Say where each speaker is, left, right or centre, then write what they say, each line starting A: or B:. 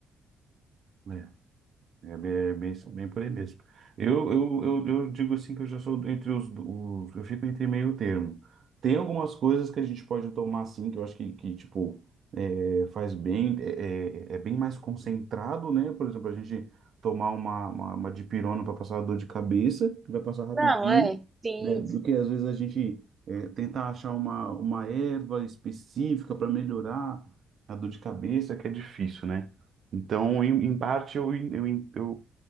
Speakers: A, on the right (about 55°); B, on the right (about 20°).
A: né? É bem, é bem, bem por aí mesmo. Eu, eu, eu, eu digo assim que eu já sou entre os, os. Eu fico entre meio termo. Tem algumas coisas que a gente pode tomar assim, que eu acho que, que tipo, é, faz bem, é, é, é bem mais concentrado, né? Por exemplo, a gente tomar uma, uma, uma dipirona para passar a dor de cabeça, que vai passar rapidinho,
B: Não, é, sim.
A: né? Do que às vezes a gente é, tentar achar uma, uma erva específica para melhorar a dor de cabeça, que é difícil, né? Então, em, em parte, eu, eu, eu, eu